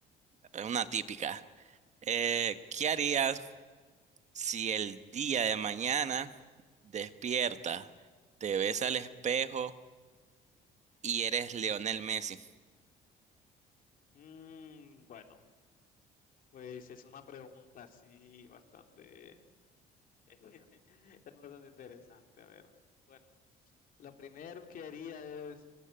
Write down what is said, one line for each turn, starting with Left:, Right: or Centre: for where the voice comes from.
Right: es una
Left: Ok,
Right: típica.
Left: ok.
Right: Eh, ¿qué harías si el día de mañana despiertas, te ves al espejo y eres Lionel Messi?
Left: Mm, bueno, pues es una pregunta así bastante, <laughs> es bastante interesante. A ver, bueno, lo primero que haría es,